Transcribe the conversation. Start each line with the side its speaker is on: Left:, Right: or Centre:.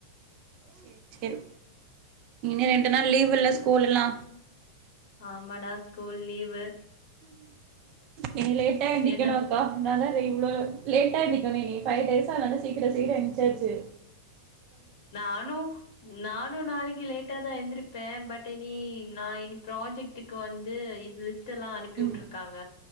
Right: சேரி சேரி இன்ன ரெண்டு நாள் லீவில்ல ஸ்கூல்லுல்லா
Left: ஆமாடா ஸ்கூல் லீவு
Right: இனி லேட்டா எந்திக்கணு
Left: என்ன
Right: அக்கா அதனால <unintelligible> இவ்லோ லேட் ஆ எந்திக்கணு நீ பைவ் டேஸ்ஸ அனால சீக்கிர சீக்கிர ஏன்சாச்சு
Left: நானு நானு நாளைக்கு லேட் டா தா எந்திரிப்பே பட் இனி நா இனி ப்ராஜெக்டுக்கு வந்து இது ஸ் ட்டுலா அனுப்பி
Right: ம்
Left: வுட்ருக்காங்க